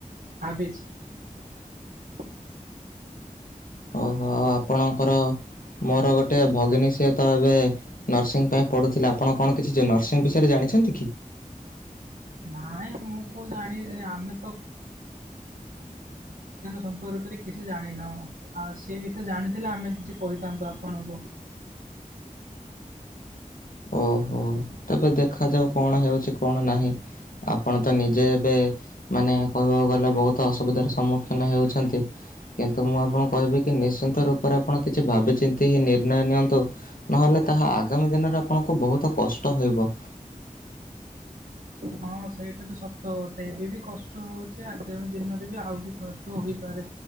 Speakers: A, on the right; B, on the left.
A: ଭାବିଛି। <inaudible>
B: ଓହୋ ଆଉ ଆପଣଙ୍କର ମୋର ଗୋଟେ ଭଗିନୀ ସିଏ ତ ଏବେ ନର୍ସିଂ ପାଇଁ ପଢୁଥିଲା ଆପଣ କଣ କିଛି ନର୍ସିଂ ବିଷୟରେ ଜାଣି ଅଛନ୍ତି କି?
A: ନାଇଁ ମୁଁ କୋଉ ଜାଣିଛି ଆମେ ତ
B: <inaudible>
A: ସମ୍ପର୍କରେ କିଛି ଜାଣିନାହୁ ଆଉ ସେ ବିଷୟରେ ଜାଣିଥିଲେ ଆମେ କିଛି କହିଥାନ୍ତୁ ଆପଣଙ୍କୁ।
B: ଓହୋ। ତେବେ ଦେଖାଯାଉ କଣ ହେଉଛି କଣ ନାହିଁ ଆପଣ ତ ନିଜେ ଏବେ ମାନେ କହିବାକୁ ଗଲେ ବହୁତ ଅସୁବିଧାର ସମ୍ମୁଖୀନ ହେଉଛନ୍ତି କିନ୍ତୁ ମୁଁ ଆପଣ କୁ କହିବି କି ନିଶ୍ଚିନ୍ତ ରୂପ ଆପଣ କିଛି ଭାବିଚିନ୍ତି ନିର୍ଣ୍ଣୟ ନିଅନ୍ତୁ ନହେଲେ ତାହା ଆଗାମୀ ଦିନରେ ଆପଣଙ୍କ ବହୁତ କଷ୍ଟ ହେବ।
A: ହଁ ସେଇଟା ବି ସତ କଥା ଏବେ ବି କଷ୍ଟ ହଉଛି ଆଗାମୀ ଦିନରେ ବି ଆହୁରି କଷ୍ଟ ହୋଇପାରେ।